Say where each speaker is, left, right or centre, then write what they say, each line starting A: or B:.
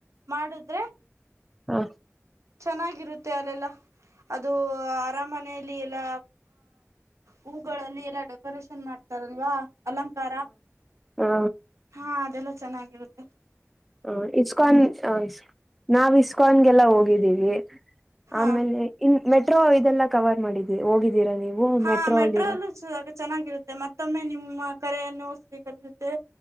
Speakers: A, on the right; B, in the centre.
A: ಮಾಡುದ್ರೆ
B: ಹಾ
A: ಚೆನ್ನಾಗಿರುತ್ತೆ ಅಲ್ಲೆಲ್ಲ ಅದು ಅರಾಮನೆಯಲ್ಲಿ ಎಲ್ಲ ಹೂಗಳಲ್ಲಿ ಎಲ್ಲ ಡೆಕೋರೇಷನ್ ಮಾಡ್ತಾರಲ್ವಾ ಅಲಂಕಾರ
B: ಹಾ
A: ಹಾ ಅದೆಲ್ಲ ಚೆನ್ನಾಗಿರುತ್ತೆ
B: ಹ ಇಸ್ಕಾನ್ಸ್ ನಾವ್ ಇಸ್ಕಾನ್ಗೆಲ್ಲ ಹೋಗಿದ್ದೀವಿ
A: ಹಾ
B: ಆಮೇಲೆ ಇನ್ ಮೆಟ್ರೋ ಇದೆಲ್ಲ ಕವರ್ ಮಾಡಿದೀ ಹೋಗಿದ್ದೀರಾ ನೀವು
A: ಹಾ
B: ಮೆಟ್ರೋ
A: ಮೆಟ್ರೋಲ್ಲೂ
B: ಅಲ್ಲಿರೋ
A: ಚೆನ್ನಾಗಿರುತ್ತೆ ಮತ್ತೊಮ್ಮೆ ನಿಮ್ಮ ಕರೆಯನ್ನು ಓಸ್ಬೇಕ ಕಲಸುತ್ತೆ